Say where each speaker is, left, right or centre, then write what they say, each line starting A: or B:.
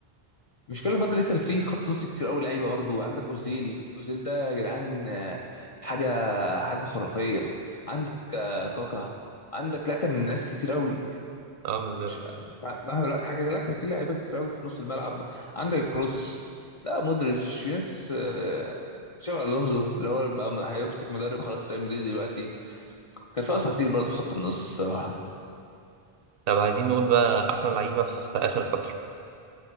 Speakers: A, on the left; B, on the right.
A: مش كل الفتره دي كان في خط نص كتير قوي لعيبه برضه عندك اوزيل اوزيل ده يا جدعان آه، حاجه حاجه خرافيه عندك آه، كاكا عندك لكن ناس كتير قوي
B: اه بالظبط
A: مش مع- مهما دلوقتي حاجه لا كان في لعيبه كتير قوي في نص الملعب عندك كروس لا مودريتش في ناس آه، تشافي الونزو اللي هو بقى م- هيمسك مدرب خلاص ريال مدريد دلوقتي كان في اساطير برضه في خط النص الصراحه
B: طب عايزين نقول بقى احسن لعيبة في اخر فترة